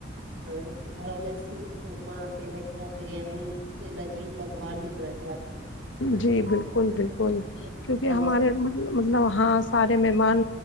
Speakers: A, on the right; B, on the left.
A: ہاں گھروں میں شیر قورمہ سوئیاں بریانی عجیب عجیب پکوان بھی بنائے جاتے
B: جی بالکل بالکل
A: ہیں
B: کیونکہ
A: پڑوس
B: ہمارے مطلب ہاں سارے مہمان